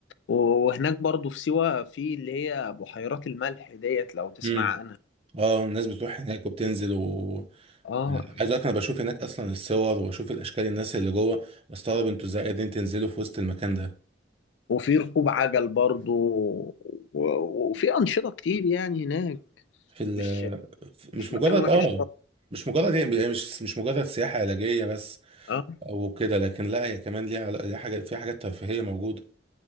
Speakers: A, on the left; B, on the right.
A: و- وهناك برضو في سيوة في اللي هي بحيرات الملح ديت لو تسمع
B: امم
A: عنها
B: اه الناس بتروح هناك وبتنزل و
A: اه
B: عايز اقول لك انا بشوف هناك اصلا الصور وبشوف الاشكال الناس اللي جوه بستغرب انتوا ازاي قادرين تنزلوا في وسط المكان ده
A: وفي ركوب عجل برضو و- و- وفي أنشطة كتير يعني هناك
B: في ال
A: مش
B: في-
A: مش
B: مش
A: مكان
B: مجرد
A: وحش
B: اه
A: خالص
B: مش مجرد هي هي مش مش مجرد سياحة علاجية بس
A: اه
B: او كده لكن لا هي كمان ليها علا- ليها حاجة فيها حاجات ترفيهية موجودة